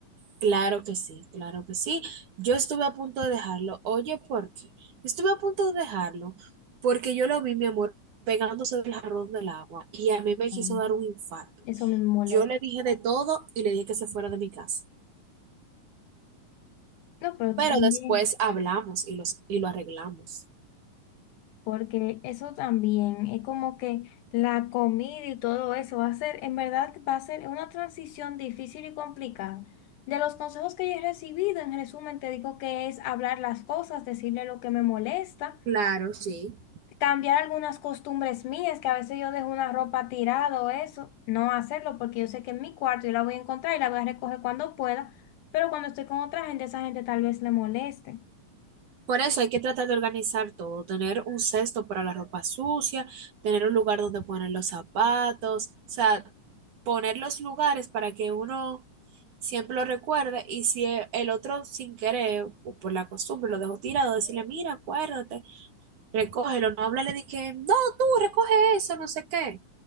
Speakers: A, on the right; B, on the left.
A: Claro que sí, claro que sí. Yo estuve a punto de dejarlo. Oye, ¿por qué? Estuve a punto de dejarlo porque yo lo vi, mi amor, pegándose del jarrón del agua y a mí me quiso
B: Ay,
A: dar un infarto.
B: eso me molesta.
A: Yo le dije de todo y le dije que se fuera de mi casa.
B: No, pero
A: Pero
B: tú también.
A: después hablamos y, los, y lo arreglamos.
B: Porque eso también es como que la comida y todo eso va a ser, en verdad, va a ser una transición difícil y complicada. De los consejos que yo he recibido, en resumen, te digo que es hablar las cosas, decirle lo que me molesta,
A: Claro, sí.
B: cambiar algunas costumbres mías, que a veces yo dejo una ropa tirada o eso, no hacerlo porque yo sé que en mi cuarto yo la voy a encontrar y la voy a recoger cuando pueda, pero cuando estoy con otra gente, esa gente tal vez le moleste.
A: Por eso hay que tratar de organizar todo, tener un cesto para la ropa sucia, tener un lugar donde poner los zapatos, o sea, poner los lugares para que uno siempre lo recuerde y si e- el otro sin querer o por la costumbre lo dejó tirado, decirle, mira, acuérdate, recógelo, no hablarle de que, no, tú recoge eso, no sé qué,